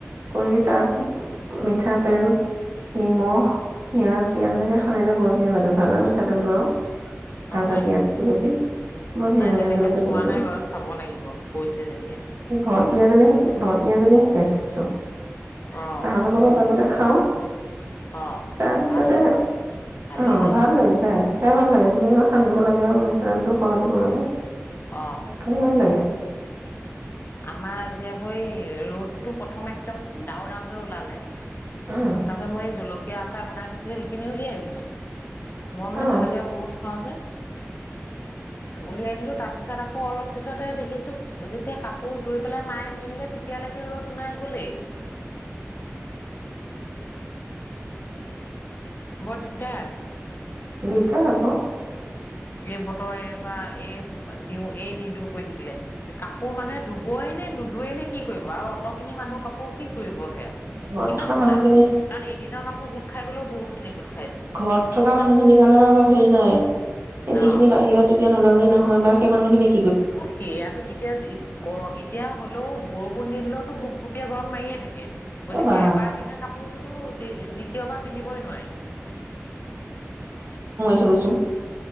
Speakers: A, on the right; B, on the left.
A: কৰি তাত মিঠাতেল নিমখ পিয়াজ চিয়াজ এনেকে সানিলে বৰ ধুনীয়া লাগে ভাজা মিঠাতেল ধৰ। ভাজা
B: অ হয়
A: পিয়াজটো
B: নেকি
A: গঢ়ি বঢ়িয়া
B: নাই
A: লাগে
B: তেনেকে
A: জলকীয়া।
B: চোৱা
A: চলকীয়া
B: নাই
A: দি।
B: বাৰু চাব লাগিব কৈছে যেতিয়া
A: ভণ্টি এজনে শিক ভণ্টি এজীয়ে শিকাইছিলে তো
B: অ
A: তাহাতৰ লগত আগতে খাওঁ
B: অ
A: তাৰপিছতে
B: ভাল
A: অ
B: ভালেই লাগিব
A: ভাল লাগিছে খাই ভাল লাগে ধুনীয়াকৈ সানিব লাগে আৰু মিঠাতেলটো হৰকেদিব লাগে।
B: অ
A: খাই ভাল লাগে
B: আমাৰ আজি আকৌ এ ৰ'দটো প্ৰথম একদম ডাঙৰ ডাঙৰকৈ ওলালে
A: উম,
B: তাৰ পিছত মই এই জলকীয়া আচাৰ বনাই থৈছিলো সেইখিনি উলিয়াই দিলো মই মানে
A: অ'
B: জলকীয়া বহুত খাও যে উলিয়াই দিলো তাৰপিছত আকৌ অলপ পিছতে দেখিছো যেতিয়া কাপোৰ ধুই পেলাই মায়ে মেলিলে তেতিয়ালৈকে ৰ'দ নাই গলেই বৰ দিগদাৰ
A: দিগদাৰ আকৌ।
B: এই বতৰ এনেকুৱা এই দিওঁ এই নিদিও কৈ থাকিলে কাপোৰ মানুহে ধুবই নে নোধু এ নে কি কৰিব আৰু অত খিনি মানুহ কাপোৰ কি কৰিব সেয়া
A: ঘৰত
B: কিমান
A: থকা
B: গোটাব
A: মানুহখিনি
B: কাৰণ এদিনৰ কাপোৰ গোট খাই গ'লেও বহুত নে <unintelligible>
A: ঘৰত থকা মানুহখিনিৰ কাৰণে বাৰু হেৰি নাই সেই
B: অ
A: যিখিনি বাহিৰত এতিয়া নোলালে নহয় বাৰু সেই মানুহখিনি
B: অ সেয়াটো এতিয়া গৰম এতিয়া হ'লেও বৰষুণ নিদিলেও তো গুপ গুপীয়া গৰম মাৰিয়ে থাকে গতিকে
A: এ বা
B: এবাৰ পিন্ধা কাপোৰটোতো দ্বিতীয়বাৰ পিন্ধিবই নোৱাৰি।
A: থইছোঁ